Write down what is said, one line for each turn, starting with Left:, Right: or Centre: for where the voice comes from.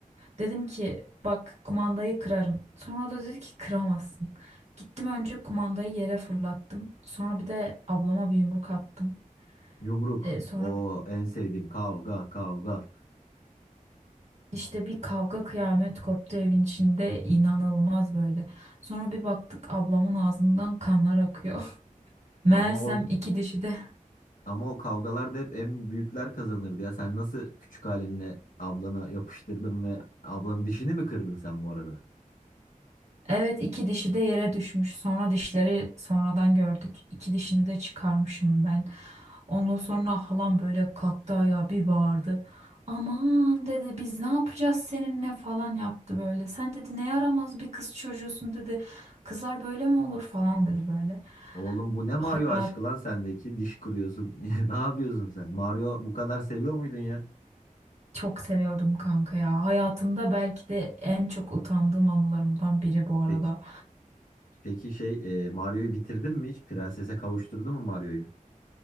Right: Dedim ki bak kumandayı kırarım. Sonra o da dedi ki kıramazsın. Gittim önce kumandayı yere fırlattım. Sonra bir de ablama bir yumruk attım.
Left: yumruk
Right: E, sonra
Left: o en sevdiğim kavga kavga
Right: işte bir kavga kıyamet koptu evin içinde inanılmaz böyle. Sonra bir baktık ablamın ağzından kanlar akıyor. <laughs> Meğersem
Left: ama o
Right: iki dişi de
Left: ama o kavgalarda hep en büyükler kazanırdı ya sen nasıl küçük halinle ablana yapıştırdın ve ablanın dişini mi kırdın sen bu arada?
Right: Evet iki dişi de yere düşmüş. Sonra dişleri sonradan gördük. İki dişini de çıkarmışım ben. Ondan sonra halam böyle kalktı ayağa bir bağırdı. Aman dedi biz ne yapacağız seninle falan yaptı böyle. Sen dedi ne yaramaz bir kız çocuğusun dedi. Kızlar böyle mi olur falan dedi böyle.
Left: Oğlum bu ne Mario
Right: Hayat
Left: aşkı lan sendeki? Diş kırıyorsun. <laughs> Ne yapıyorsun sen? Mario bu kadar seviyor muydun ya?
Right: çok seviyordum kanka ya. Hayatımda belki de en çok utandığım anılarımdan biri bu arada.
Left: Peki, peki şey e, Mario'yu bitirdin mi hiç? Prensese kavuşturdun mu Mario'yu?